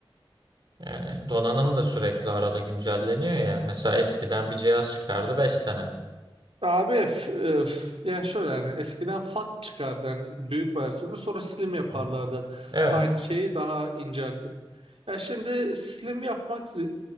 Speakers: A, on the right; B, on the right.
A: Yani donanım da sürekli arada güncelleniyor ya. Mesela eskiden bir cihaz çıkardı 5 sene.
B: Abi f, e, f- yani şöyle yani eskiden fat çıkardı hani büyük versiyonu sonra slim yaparlardı.
A: Hı hı. Evet.
B: Aynı şeyi daha inceltip. Ya şimdi slim yapmak zi-